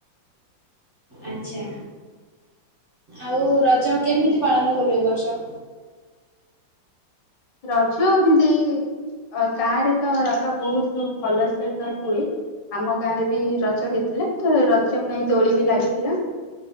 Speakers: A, on the right (about 45°); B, on the left (about 70°).
A: ଆଚ୍ଛା। ଆଉ ରଜ କେମିତି ପାଳନ କଲୁ ଏ ବର୍ଷ?
B: ରଜ ଏମତି ଅ ଗାଁରେ ତ ର ତ ବହୁତ ଭଲସେ ତ ହୁଏ? ଆମ ଗାଁ ରେ ବି ରଜ ହେଇଥିଲେ। ରଜ ପାଇଁ ଦୋଳି ବି ଲାଗିଥିଲା।